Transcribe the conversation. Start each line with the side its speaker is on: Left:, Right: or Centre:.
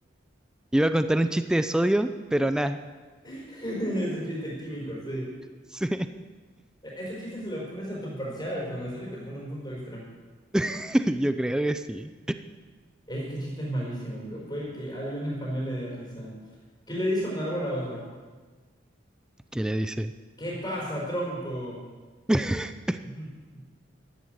Centre: iba a contar un chiste de sodio, pero nada.
Left: <laughs> Ese chiste químico, sí.
Centre: Sí,
Left: E- Este chiste se lo pones a tu parcial al profesor y te pone un punto extra.
Centre: <laughs> yo creo que sí.
Left: Este chiste es malísimo, pero puede que a algún español le dé risa. ¿Qué le dice un árbol a otro?
Centre: ¿Qué le dice?
Left: ¿Qué pasa, tronco?
Centre: <laughs>
Left: <laughs>